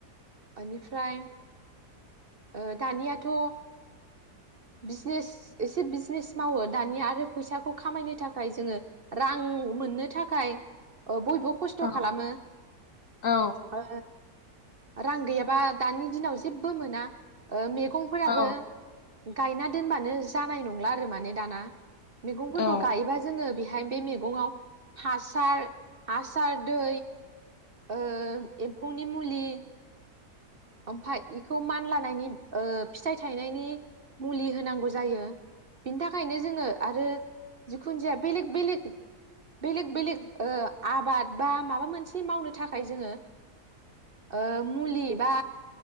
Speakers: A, on the right (about 40°); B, on the left (about 60°).
A: एनिफ्राय ओ दानियाथ' बिजनेस एसे बिजनेस मावो दानिया आरो फैसाखौ खामायनो थाखाय जोङो रां मोननो थाखाय ओ बयबो खस्थ'
B: अ
A: खालामो
B: औ
A: ओ रां गैयाबा दानि दिनाव जेबो मोना ओ मेग गंफोराबो
B: औ
A: गायना दोनबानो जानाय नंला आरो माने दाना। मैगंफोरखौ
B: औ
A: गायोबा जोङो बे फाय बे मैगङाव हासार हासार दै ओ एम्फौनि मुलि ओमफाय इखौ मानलानायनि ओ फिथाइ थायनायनि मुलि होनांगौ जायो - बिनि थाखायनो जोङो आरो जिखुन जाया बेलेक बेलेक बेलेग बेलेग ओ आबाद बा माबा मोनसे मावनो थाखाय जोङो ओ मुलि बा